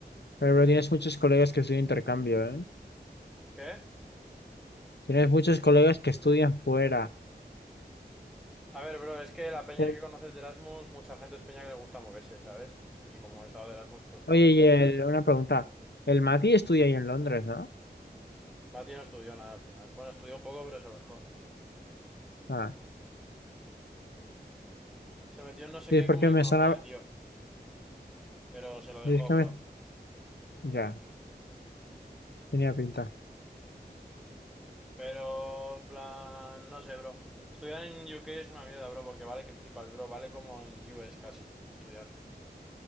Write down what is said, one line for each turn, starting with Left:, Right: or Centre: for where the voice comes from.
Left: Pero, pero tienes muchos colegas que estudian intercambio, ¿eh?
Centre: ¿Qué?
Left: Tienes muchos colegas que estudian fuera.
Centre: A ver, bro, es que la peña
Left: El-
Centre: que conoces de Erasmus, mucha gente es peña que le gusta moverse, ¿sabes? Y como he estado de Erasmus, pues conozco
Left: oye, y
Centre: peña.
Left: el- una pregunta. El Mati estudia ahí en Londres, ¿no?
Centre: Mati no estudió nada al final. Bueno, estudió un poco, pero se lo dejó.
Left: Ah,
Centre: Se metió en no sé
Left: sí,
Centre: qué
Left: es porque
Centre: como de
Left: me
Centre: economía,
Left: sonaba...
Centre: tío. Pero se lo dejó,
Left: sí, es que
Centre: bro.
Left: me... Ya, tenía pinta.
Centre: Pero, en plan, no sé, bro. Estudiar en UK es una mierda, bro, porque vale que flipas, bro. Vale como en US casi, estudiar.